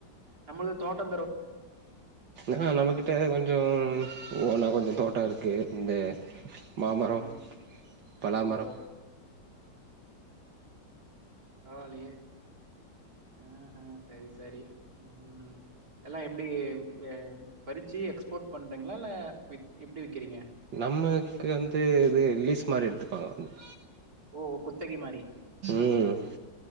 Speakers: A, on the right; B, on the right.
A: நம்மளது தோட்டொ
B: ஆ நம்மகிட்ட கொஞ்சோ ஓனா கொஞ்சோ தோட்டருக்கு இந்த மாமரொ
A: ம்
B: பலாமரொ
A: ஓஹோ பரவாலியே ம் செரி செரி ம் ம் எல்லா எப்டி ஆ பறிச்சு எக்ஸ்போர்ட் பண்றீங்ளா இல்ல எப் எப்டி விக்கிறீங்க
B: நம்மக்கு வந்து இது லீஸ் மாரி எடுத்துப்பாங்க வந்து
A: ஓ! குத்தகை மாரி.
B: ம்